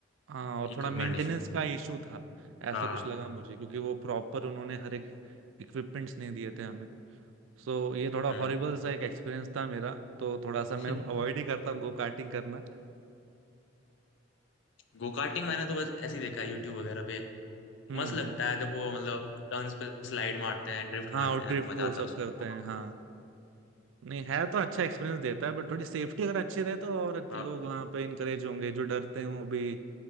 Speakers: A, on the right; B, on the left.
A: हाँ और थोड़ा
B: इक्विपमेंट
A: मेंटेनेंस
B: इशू
A: का इशू था ऐसा
B: हाँ
A: कुछ लगा मुझे क्योंकि वो प्रॉपर उन्होंने हर एक इक्विपमेंट्स नहीं दिए थे हमें सो ये थोड़ा
B: हम्म
A: हॉरिबल सा एक एक्सपीरियंस था मेरा तो थोड़ा सा
B: <laughs>
A: मैं अवॉइड ही करता हूँ गो कार्टिंग करना
B: गो कार्टिंग मैंने तो बस ऐसे ही देखा है यूट्यूब वगैरह पे
A: हम्म
B: मस्त लगता
A: हम्म
B: है जब वो मतलब टर्न्स पे स्लाइड मारते हैं ड्रिफ्ट
A: हाँ
B: मारते
A: और
B: हैं
A: ड्रिफ्ट
B: मजा
A: वो
B: आता
A: सब
B: है उसमें
A: करते हैं हाँ नहीं है तो अच्छा एक्सपीरियंस देता है बट थोड़ी सेफ्टी अगर अच्छी रहे तो और
B: हाँ
A: लोग वहाँ पे इनकरेज होंगे जो डरते हैं वो भी